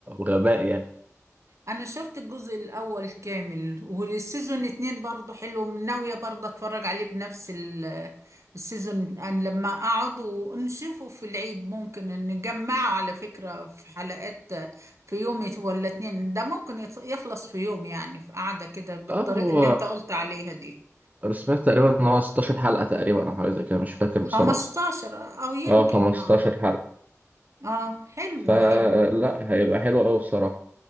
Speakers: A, on the right; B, on the right.
A: غباء يعني
B: أنا شفت الجزء الأول كامل والسيزون اتنين برضه حلو ناوية برضه أتفرج عليه بنفس ال- السيزون أنا لما أقعد ونشوفه في العيد ممكن نجمعه على فكرة في حلقات في يوم ولا اتنين ده ممكن يط- يخلص في يوم يعني في قعدة كده بالطريقة
A: اه هو
B: اللي أنت قلت عليها دي
A: انا سمعت تقريبا ان هو 16 حلقة تقريبا او حاجة زي كده مش فاكر
B: 15
A: بصراحة
B: أو يمكن
A: اه 15
B: آه
A: حلقة
B: آه حلو
A: فلا
B: حلو
A: هيبقى حلو قوي بصراحة